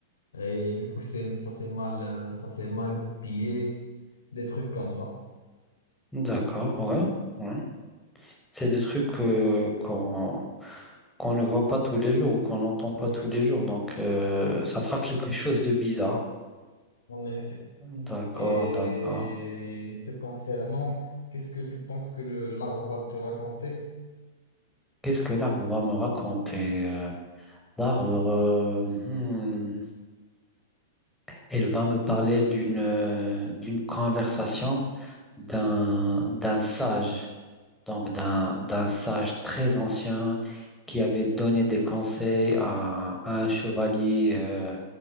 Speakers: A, on the left (about 90°); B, in the centre.
A: Et du coup, c'est, ça s'est mal, euh, ça s'est mal goupillé, des trucs comme ça.
B: d'accord, ouais, ouais. C'est des trucs euh, qu'on qu'on ne voit pas tous les jours ou qu'on n'entend pas
A: Oui,
B: tous les jours, donc euh, ça fera quelque chose de bizarre.
A: en effet.
B: D'accord,
A: Et
B: d'accord.
A: te concernant, qu'est-ce que tu penses que le l'arbre va te raconter?
B: Qu'est-ce que l'arbre va me raconter? euh L'arbre, euh, hmm. Elle va me parler d'une euh, d'une conversation d'un d'un sage, donc d'un d'un sage très ancien qui avait donné des conseils à, à un chevalier. euh,